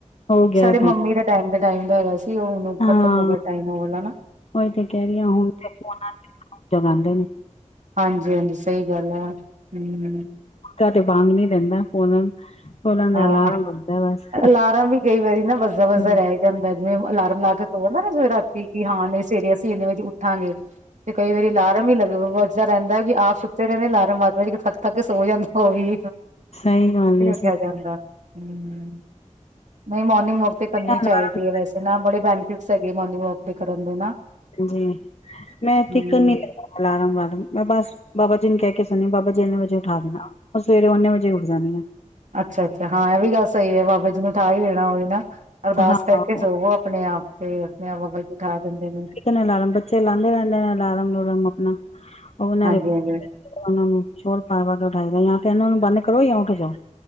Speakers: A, on the left; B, on the right.
A: ਹੋ ਗਿਆ
B: ਸਾਡੇ ਮੰਮੀ ਦੇ- ਟਾਈਮ ਦੇ ਟਾਈਮ ਦਾ ਹੈਗਾ ਸੀ ਉਹਨੂੰ
A: ਹਾਂ
B: ਖ਼ਤਮ ਹੋ ਗਿਆ ਟਾਈਮ ਵਾਲਾ
A: ਉਹੀ ਤੇ ਕਹਿ ਰਹੀ ਹੁਣ ਤੇ ਫੋਨਾਂਦੇ <unintelligible> ਨੇ।
B: ਹਾਂਜੀ ਹਾਂਜੀ, ਸਹੀ ਗੱਲ ਐ। ਹਂ।
A: ਕਪੜਾ ਤੋਂ ਪਾਨ ਨੀ ਦੇਂਦਾ। ਹੁਣ ਉਹਨਾਂ ਦਾ
B: ਹਾਂ।
A: ਅਲਾਰਮ ਵਜਦਾ ਬਸ।
B: ਅਲਾਰਮ ਵੀ ਕਈ ਵਾਰੀ ਨਾ ਵੱਜਦਾ ਵੱਜਦਾ
A: ਹਂ।
B: ਰਹਿ ਜਾਂਦਾ ਜਿਵੇਂ ਅਲਾਰਮ ਲਾ ਕੇ ਸੋ ਨਾ ਰਾਤੀ ਕਿ ਹਾਂ ਨਈਂ ਸਵੇਰੇ ਅਸੀਂ ਇਨੇ ਵਿੱਚ ਉੱਠਾਂਗੇ। ਤੇ ਕਈ ਵਾਰੀ ਲਾਰਮ ਹੀ ਲੱਗੇਗਾ ਵਜ ਰਹਿੰਦਾ ਵੀ ਆਪ ਸੁੱਤੇ ਰਹਿੰਦੇ ਅਲਾਰਮ ਵੱਧ ਵੱਜ ਕੇ ਥੱਕ-ਥੱਕ ਸੋ ਜਾਂਦਾ ਉਹ ਵੀ
A: ਸਹੀ ਗੱਲ ਐ।
B: ਖਿਆ ਜਾਂਦਾ। ਹਂ। ਨਈਂ ਮੋਰਨਿੰਗ ਵੋਕ ਤੇ ਕਰਨੀ
A: ਬਿਨਾਂ
B: ਚਾਈਦੀ
A: ਅਲਾਰਮ
B: ਐ, ਵੈਸੇ ਨਾ ਬੜੇ ਬੈਨੀਫਿਟਸ ਹੈਗੇ ਮੋਰਨਿੰਗ ਵੋਕ ਤੇ ਕਰਨ ਦੇ ਨਾ।
A: ਜੀ, <unintelligible>
B: ਹਮ
A: ਇੱਕ ਅਲਾਰਮ-ਵਾਰਮ ਮੈਂ ਬਸ ਬਾਬਾ ਜੀ ਨੂੰ ਕਹਿ ਕੇ ਸੁਣੀ ਬਾਬਾ ਜੀ ਇਹਨੇ ਵਜੇ ਉਠਾ ਦੇਣਾ। ਉਹ ਸਵੇਰੇ ਓਨੇ ਵਜੇ ਉਠ ਜਾਣੀ ਆ।
B: ਅੱਛਾ ਅੱਛਾ, ਹਾਂ ਇਹ ਵੀ ਗੱਲ ਸਹੀ ਐ, ਬਾਬਾ ਜੀ ਨੂੰ ਉਠਾ ਹੀ ਦੇਣਾ ਹੋਵੇ ਨਾ ਅਰਦਾਸ
A: ਹਾਂ
B: ਕਰਕੇ ਸੋਵੋ। ਆਪਣੇ ਆਪ ਤੇ ਆਪਣੇ ਆਪ ਬਾਬਾ ਜੀ ਉਠਾ ਦਿੰਦੇ ਨੇ।
A: <unintelligible> ਲਾਰਮ, ਬੱਚੇ ਲਾਂਦੇ ਰਹਿੰਦੇ ਨੇ ਅਲਾਰਮ ਲੂਰਮ ਆਪਣਾ ਉਹ ਉਹਨਾਂ
B: ਹਾਂਜੀ
A: ਦੇ
B: ਹਾਂਜੀ
A: ਉਹਨਾਂ ਨੂੰ ਚੋਰ ਪਾਏ ਵ ਕੇ ਉਠਾਈਦਾ ਜਾਂ ਤੇ ਇਹਨਾਂ ਨੂੰ ਬੰਨ ਕਰੋ ਜਾਂ ਉੱਠ ਜਾਓ।